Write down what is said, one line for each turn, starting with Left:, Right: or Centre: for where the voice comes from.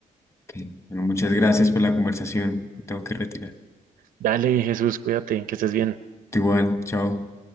Left: Ok, Bueno, muchas gracias por la conversación. Me tengo que retirar.
Right: Dale, Jesús, cuídate, que estés bien.
Left: Igual, chao.